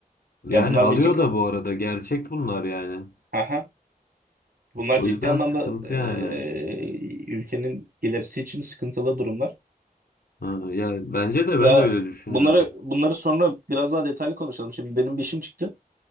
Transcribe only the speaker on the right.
Ya bunlar
bir tık
aha. Bunlar
ciddi
anlamda
eee,
ülkenin ilerisi için sıkıntılı durumlar.
Ya
bunları bunları sonra biraz daha detaylı konuşalım. Şimdi benim bir işim çıktı.